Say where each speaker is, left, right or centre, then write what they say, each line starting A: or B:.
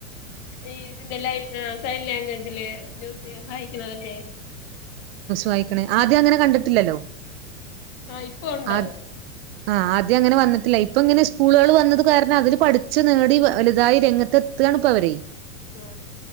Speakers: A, on the left (about 50°); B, on the right (about 50°).
A: ഈ ഇതിന്റെ ലൈക്ന സൈൻ ലഗ്വേജില് ന്യൂസില് വായിക്കണതല്ലേ
B: വായിക്ക്‌ണ് ആദ്യം അങ്ങനെ കണ്ടിട്ടില്ലല്ലോ
A: ആഹ് ഇപ്പൊ ഉണ്ടത്
B: ആ ആ ആദ്യ അങ്ങനെ വന്നി ഇല്ല ഇപ്പ ഇങ്ങനെ സ്കൂളുകള് വന്നത് കാരണം അതില് പഠിച്ച് നേടി വ വലുതായി രംഗ ത എത്താണ് ഇപ്പ അവരെ
A: ആ